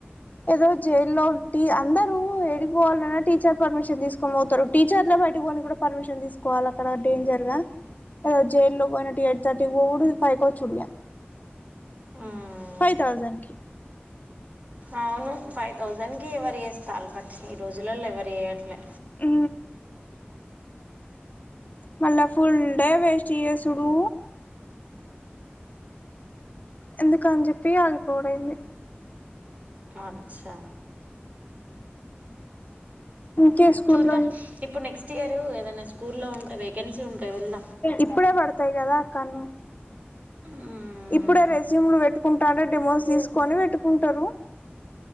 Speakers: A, on the left; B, on the right.
A: ఏదో జైల్లో అందరుూ ఏడిపోవాలన్నా టీచర్ పర్మిషన్ తీసుకోని పోతారు టీచర్ల బయటికని కూడా పర్మిషన్ తీసుకోవాలి అక్కడ డేంజర్ గా ఏదో జ లో పోయినటు ఎయిట్ తర్టీకి పో ఫైవ్కి వచ్చు కుడి
B: ఉమ్
A: ఫైవ్ థౌజండ్ కి
B: అవును ఫైవ్ థౌజండ్ కి ఎవరి వస్తా అల బట్టి ఈ రోజులలో ఎవరు వయట్లే
A: ఆ మళ్ళా ఫుల్ డే వేస్ట్ చేయసుడు ఎందుక అని చెప్పి ఆగిపోడైంది
B: అచ్చా
A: ఇంకే స్కూల్లో
B: చూద్దాం ఇప్పుడు నెక్స్ట్ ఇయర్ ఏదైనా స్కూల్లో ఉంటే వేకెన్సీ ఉంటే వెళ్దాం
A: ఇప్పుడే పడుతు వస్తాయి కదా అక్కన్న
B: మ్మ్.
A: ఇప్పుడే రెసూమ్లు పెట్టుకుంటాంటే డిమోస్ తీసుకొని పెట్టుకుంటారు